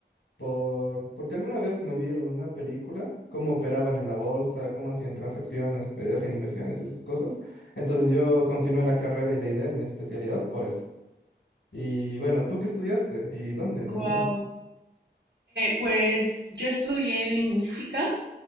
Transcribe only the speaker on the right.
Wow.
pues yo estudié lingüística